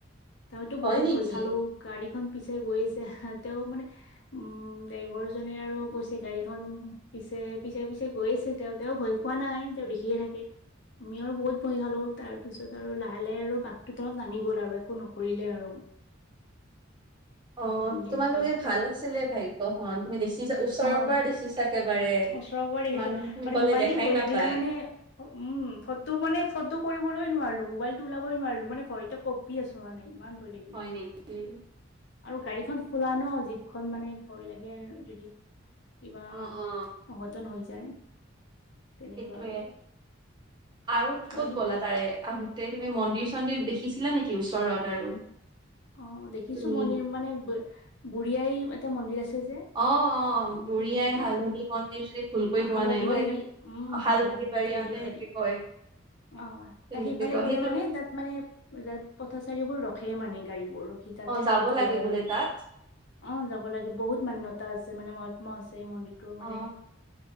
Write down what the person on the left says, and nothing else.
ততো
বহুত
ভয় খালো গাড়ী খন পিছে গৈ আছে তেওঁ মানে উম, ড্ৰাইভৰ দুজনে আৰু কৈছে গাড়ীখন পিছে পিছে পিছে গৈ আছে তেওঁ তেওঁ ভয় খোৱা নাই তেওঁ দেখিয়ে থাকে আমি আৰু বহুত ভয় খালো। তাৰ পিছত আৰু লাহে লাহে আৰু বাঘটো তলত নামি গল আৰু একো নকৰিলে আৰু
এনেকুৱা
অ
ওচৰৰ পৰা দেখিছো
আৰু
ইমানেই
ভয়
লাগিলে মানে উম, ফটো মানে ফটো কৰিবলৈ নোৱাৰো মোবাইলটো ওলাবই নোৱাৰিলো মানে ভয়ত কঁপি আছো মানে ইমান ভয় লাগিলে
আৰু গাড়ীখন খোলা ন জীপখন মানে ভয় লাগে যদি কিবা।
অঘটন হৈ যায় তেনেকুৱা
আৰু
বাকী
অ' দেখিছো
মন্দিৰ মানে বুঢ়িআই এটা মন্দিৰ আছে। যে
বঢ়
হালধি
বাৰী
উম,
হয় হয় হয়
হালধীয়া
বাৰী।
অ
ত সেইফালে
গ'লে
মানে তাত মানে তাত পথচাৰীবোৰ ৰখে সেই মানে গাড়ী বোৰ ৰখি তাত
সে
এটা
লয়
আৰু
অ যাব লাগে বহুত মান্যতা আছে। মানে মহাত্মা আছে এই মন্দিৰটোৰ
মানে।